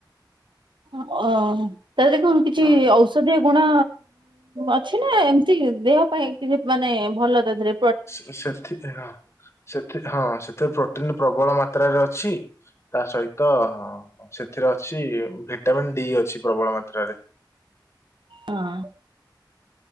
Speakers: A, on the right; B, on the left.
A: ଓ ହଁ <unintelligible> କଣ କିଛି
B: ହଁ,
A: ଔଷ ଔଷଧିୀୟ ଗୁଣ ଅଛି ନା ଏମିତି ଦେହ ପାଇଁ କି ମାନେ ଭଲ ତା ଧରେ?
B: ସେ-ସେ-ସେଥି ହଁ ସେଥି ହଁ ସେଥିରେ ପ୍ରୋଟିନ ପ୍ରବଳ ମାତ ମାତ୍ରାରେ ଅଛି। ତା ସହିତ ସେଥିରେ ଅଛି ଭି ଭିଟାମିନ ଡି ଅଛି ପ୍ରବଳ ମାତ୍ରାରେ।
A: ହଁ।